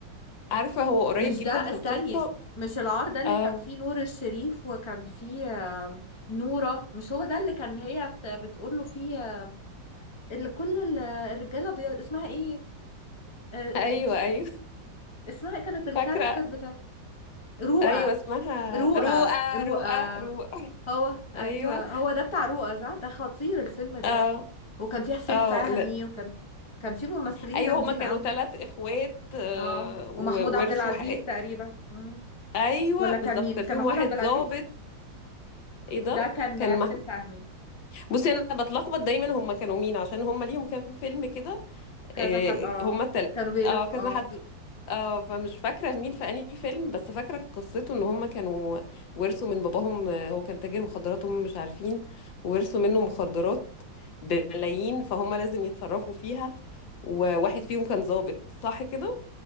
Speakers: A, on the left; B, on the left.
A: عارفة هو قريب
B: مش
A: جدا
B: ده استني
A: في القصة
B: مش العار ده اللي
A: اه
B: كان فيه نور الشريف وكان فيه آم، نورة مش هو ده اللي كان هي بت- بتقول له فيه آم، اللي كل ال- الرجاله بي... اسمها ايه آه،
A: ايوه
B: اس- مش
A: ايوه
B: اسمها إيه كانت الكاركتر
A: فاكرة
B: بتاع رؤى
A: ايوه اسمها
B: رؤى
A: رؤى
B: رؤى
A: رؤى رؤى
B: هو ايوه
A: ايوه
B: هو ده بتاع رؤى صح ده خطير الفيلم ده
A: اه
B: وكان فيه حسين
A: اه
B: فهمي
A: لا
B: وكان كان فيه ممثلين
A: ايوه
B: جامدين
A: هما كانوا
B: قوي
A: ثلاث اخوات آه،
B: اه
A: وورثوا
B: ومحمود عبد العزيز
A: حق
B: تقريبا مم.
A: ايوه
B: ولا
A: بالظبط
B: كان مين
A: وكان
B: كان
A: فيهم
B: محمود
A: واحد
B: عبد
A: ظابط
B: العزيز
A: ايه ده
B: ده كان
A: كان
B: حسين
A: مح...
B: فهمي
A: بصي انا بتلخبط دايما هما كانوا مين عشان هما ليهم كام فيلم كده
B: كذا
A: آه،
B: حد اه
A: هما التل...
B: كانوا بيلف
A: اه كذا
B: اه
A: حد اه فمش فاكره مين في انهي فيلم بس فاكره قصته ان هما كانوا ورثوا من باباهم آه، هو كان تاجر مخدرات هم مش عارفين ورثوا منه
B: مم.
A: مخدرات بملايين فهم لازم يتصرفوا فيها وواحد فيهم كان ظابط صح كده